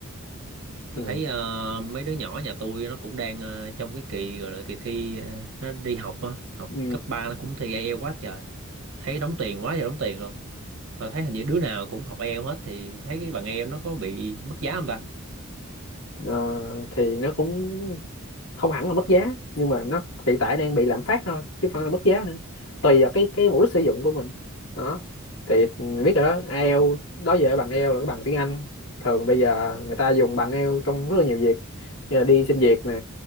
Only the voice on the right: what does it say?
Tôi
thấy ờ, mấy đứa nhỏ nhà tôi nó cũng đang ờ, trong cái kỳ gọi là kỳ thi ờ, nó đi học á, học
cấp 3 nó cũng thi IELTS quá trời. thấy đóng tiền quá giờ đóng tiền luôn mà thấy hình như đứa nào cũng học ai eo hết thì thấy cái bằng ai eo nó có bị mất giá không ta